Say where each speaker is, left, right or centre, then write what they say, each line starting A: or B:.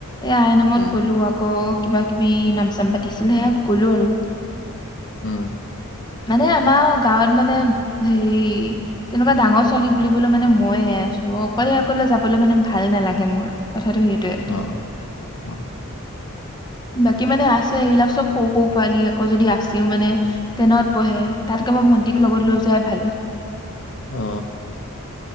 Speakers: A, on the left; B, on the left.
A: এই আই নামত
B: উম
A: গ'লো আকৌ কিবা কিবি নাম চাম পাতিছিল সে গ'লো আৰু।
B: উম
A: মানে আমাৰ গাঁৱত মানে হেৰি তেনেকুৱা ডাঙৰ ছোৱালী। বুলিবলৈ মানে মইে আছোঁ অকলে অকলে যাবলৈ মানে ভাল নালাগে মোৰ। কথাটো সেইটোৱে
B: অ অ
A: বাকী মানে আছে সেইবিলাক চব সৰু সৰু পোৱালি আকৌ যদি আছেও মানে ট্ৰেইনত বহে তাতকে মই ভন্টিক লগত লৈ যোৱাই ভাল।
B: অ